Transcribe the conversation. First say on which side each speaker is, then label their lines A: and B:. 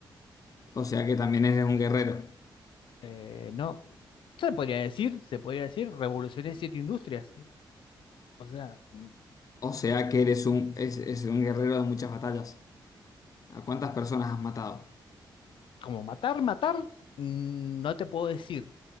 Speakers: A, on the left; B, on the left.
A: O sea que también eres un guerrero.
B: Eh, no, se podría decir, se podría decir, revolucioné siete industrias. O sea, mm,
A: O sea que eres un, es, es un guerrero de muchas batallas. ¿A cuántas personas has matado?
B: como matar, matar, mm, no te puedo decir,